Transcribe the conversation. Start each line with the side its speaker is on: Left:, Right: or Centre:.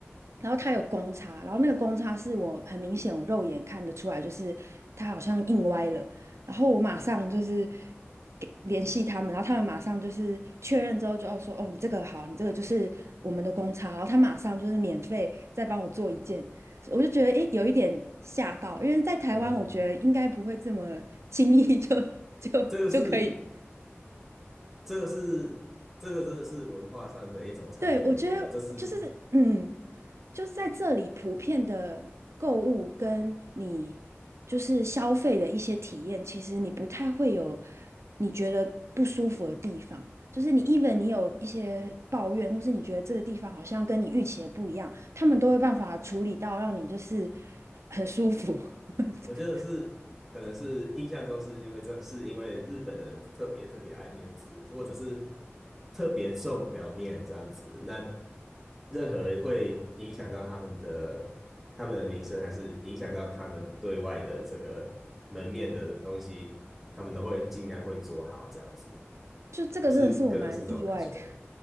Right: 然后它有公差，然后那个公差是我很明显我肉眼看得出来，就是它好像印歪了，然后我马上就是给联系他们，然后他们马上就是确认之后就要说哦你这个好，你这个就是我们的公差，然后他马上就是免费再帮我做一件，我就觉得诶，有一点吓到，因为在台湾，
Centre: 嗯，
Right: 我觉得应该不会这么 <laughs> 轻易就 <laughs> 就就可以。
Centre: 这个是这个是这个真的是文化上的一种差距，
Right: 对，我觉得就是嗯，
Centre: 我觉得这是
Right: 就是在这里普遍的购物跟你就是消费的一些体验，其实你不太会有你觉得不舒服的地方。就是你，even 你有一些抱怨，或是你觉得这个地方好像跟你预期的不一样，他们都会办法处理到让你就是很舒服。<laughs>
Centre: 我觉得是可能是印象中是因为这是因为日本人特别特别爱面子，或者是特别重表面这样子，那任何会影响到他们的他们的名声，还是影响到他们对外的这个门面的东西，他们都会尽量会做好这样子，
Right: 就这个真的是我蛮意外的，
Centre: 我是个人是这种感觉。